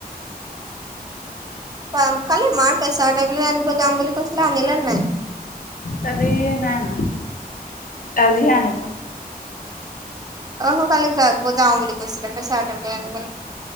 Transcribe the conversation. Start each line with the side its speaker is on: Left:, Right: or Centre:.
Right: উম, কালি মাৰ প্ৰেছাৰ টেবলেট আনিব যাম বুলি কৈছিলে, আনিলে নে নাই?
Left: কালি নাই আনা। আজিহে আনিব।
Right: <inaudible> কালি যাওঁ বুলি কৈছিলে, প্ৰেছাৰৰ টেবলেট আনিবলৈ।